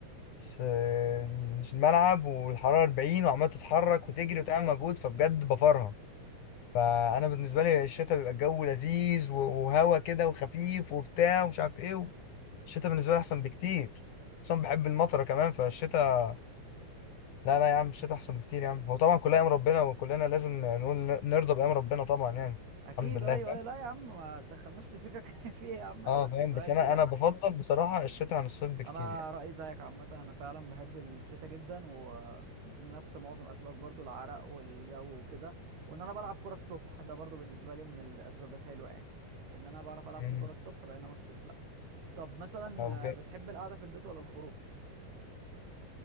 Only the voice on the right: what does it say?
اكيد
ايوه
ايوه لا يا عم ما دخلناش في سكك <laughs> فيه يا عم انا
بس
سؤال
كده
انا
رايي زيك عامه انا فعلا بحب الشتاء جدا ولنفس معظم اسبابك برضو العرق والجو وكده وان انا بلعب كره الصبح ده برضو بالنسبه لي من الاسباب الحلوه يعني ان انا بعرف العب
في كره الصبح بينما الصيف لا طب مثلا
آه، بتحب القعده في البيت ولا الخروج